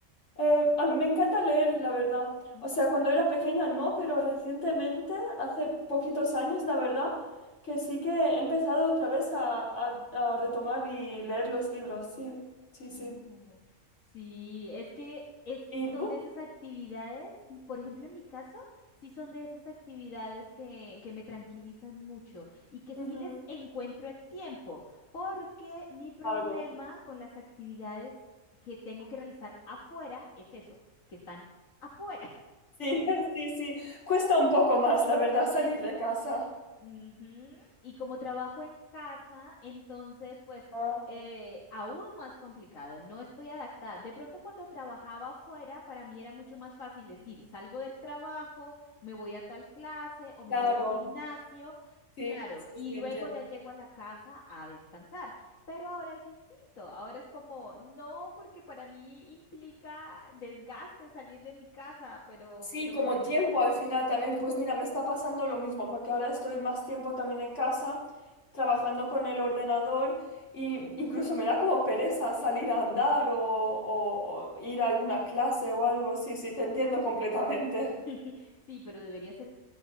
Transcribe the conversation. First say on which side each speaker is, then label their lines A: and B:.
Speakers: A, on the left; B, on the left.
A: Eh, a mí me encanta leer, la verdad.
B: ¿Mm?
A: O sea, cuando era pequeña no, pero recientemente, hace poquitos años, la verdad, que sí que he empezado otra vez a, a- a retomar y leer los libros. Sí, sí, sí.
B: Oh, sí, es que es,
A: ¿Y
B: son
A: tú?
B: de esas actividades, y por ejemplo en mi caso, sí son de esas actividades que, que me tranquilizan mucho y que
A: Ujú.
B: sí les encuentro el tiempo, porque mi problema
A: Claro.
B: con las actividades que tengo que realizar afuera es eso, que están afuera.
A: Sí, <laughs> sí, sí. Cuesta un poco más, la verdad, salir de casa.
B: Ujú, Y como trabajo en casa, entonces, pues,
A: Ah,
B: eh, aún más complicado, no estoy adaptada. De pronto, cuando trabajaba afuera, para mí era mucho más fácil decir, salgo del trabajo, me voy a tal clase o me
A: claro.
B: voy al gimnasio,
A: Sí,
B: claro,
A: sí,
B: y
A: sí,
B: luego
A: entiendo.
B: ya llego a la casa a descansar. Pero ahora es distinto, ahora es como, no, porque para mí implica desgaste salir de mi casa, pero,
A: Sí,
B: pero
A: como
B: bueno.
A: tiempo al final también, pues mira, me está pasando lo mismo, porque ahora estoy más tiempo también en casa, trabajando con el ordenador, y incluso me da como pereza salir a andar o, o ir a alguna clase o algo. Sí, sí, te entiendo completamente.
B: <laughs> Sí, pero debería ser